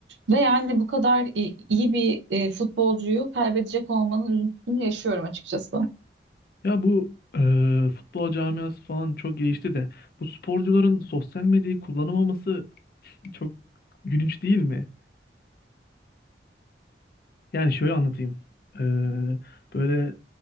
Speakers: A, on the right (about 90°); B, on the left (about 55°).
A: Ve yani bu kadar i- iyi bir e, futbolcuyu kaybedecek olmanın üzüntüsünü yaşıyorum açıkçası.
B: Ya bu e, futbol camiası falan çok gelişti de bu sporcuların sosyal medyayı kullanamaması çok gülünç değil mi? Yani şöyle anlatayım. Ee, böyle